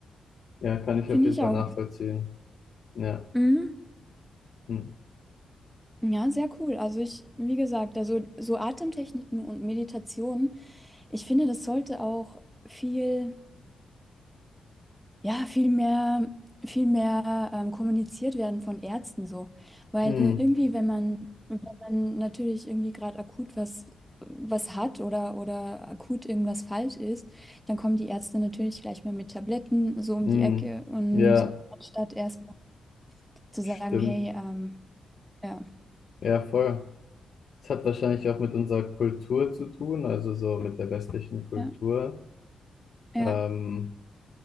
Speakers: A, on the left; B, in the centre.
A: ja, kann ich
B: finde
A: auf jeden
B: ich
A: Fall
B: auch.
A: nachvollziehen.
B: Also,
A: Ja.
B: mhm.
A: Hm.
B: Ja, sehr cool. Also ich, wie gesagt, also so Atemtechniken und Meditationen, ich finde, das sollte auch viel ja, viel mehr, viel mehr ähm, kommuniziert werden von Ärzten so. Weil
A: Hm.
B: irgendwie, wenn man, wenn man natürlich irgendwie gerade akut was, was hat oder, oder akut irgendwas falsch ist, dann kommen die Ärzte natürlich gleich mal mit Tabletten so um
A: Hm,
B: die Ecke und
A: ja,
B: anstatt erst mal zu sagen,
A: stimmt.
B: hey, ähm, ja,
A: Ja, voll. Es hat wahrscheinlich auch mit unserer Kultur zu tun, also so mit der westlichen Kultur.
B: ja, ja,
A: Ähm,